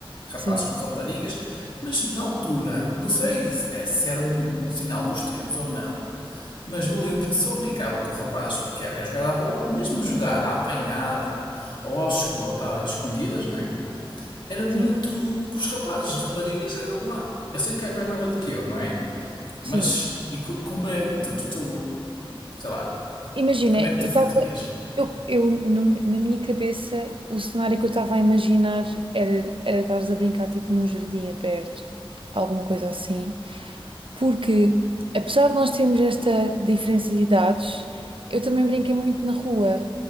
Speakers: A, on the left (about 55°); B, on the right (about 65°).
A: rapazes
B: Sim,
A: com raparigas, mas na altura, não sei se é- se era um sinal dos tempos ou não, mas eu lembro que só brincava com rapazes porque era jogar à bola, mesmo jogar à apanhada ou às escondidas, não é? Era muito
B: sim.
A: com os rapazes, as raparigas eram lá. Eu sei que és mais nova do que eu, não é? Mas
B: Sim.
A: e como é, tu, tu- sei lá,
B: Imagina,
A: como é que tu
B: eu estava,
A: fazias?
B: eu, eu no- na minha cabeça o cenário que eu estava a imaginar era, era estares a brincar tipo num jardim aberto, alguma coisa assim. Porque apesar de nós termos esta diferença de idades, eu também brinquei muito na rua.